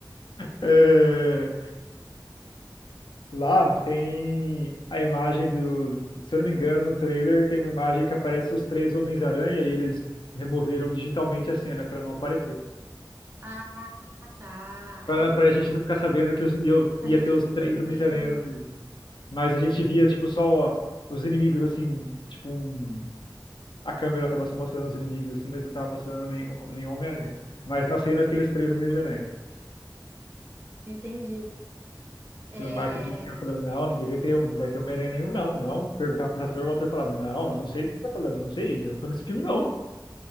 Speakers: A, on the left (about 80°); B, on the right (about 25°).
A: É, lá tem a imagem do. Se eu não me engano, no trailer tem uma imagem que aparece os três Homens-Aranha e eles removeram digitalmente a cena pra não aparecer.
B: Ah, tá.
A: Pra,
B: É,
A: pra gente
B: ah,
A: não ficar sabendo que os- eu
B: a
A: ia
B: gente
A: ter os três
B: entende,
A: Homens-Aranha no filme. Mas a gente via, tipo, só os inimigos assim. Tipo, um. A câmera tava só mostrando os inimigos assim, mas não tava mostrando nem, nenhum Homem-Aranha. Mas na cena tem os três Homens-Aranha.
B: entende. É,
A: que no marketing fica falando, não, ninguém vai ter, não vai ter Homem-Aranha nenhum, não, não. Perguntava pro ator, o ator falava, não, eu não sei do que você tá falando, eu não sei, eu não tô nesse filme, não.